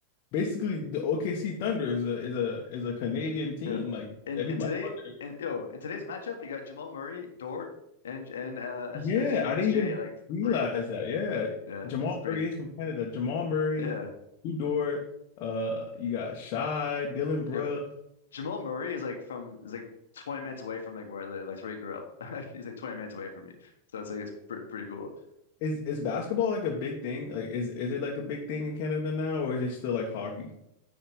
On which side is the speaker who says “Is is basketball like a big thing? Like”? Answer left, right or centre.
Left